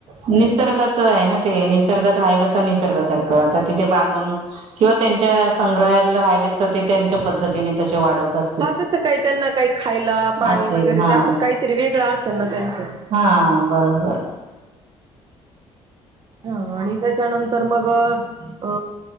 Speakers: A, on the right; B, on the right.
A: ह निसर्गाच आहे ना ते नि निसर्गात राहिलं तर निसर्गासारखं आता तिथे बांधून. किंवा त्यांच्या संग्रहा राहिले तर ते त्यांच्या पद्धतीने तसे वाढवतात.
B: हा तसं काही त्यांना काही खायला पाणी
A: असेल
B: वगैरे
A: हा
B: त्या असं काहीतरी वेगळं असेल ना त्यांचं
A: हा बरोबर
B: हा आणि त्याच्यानंतर मग अ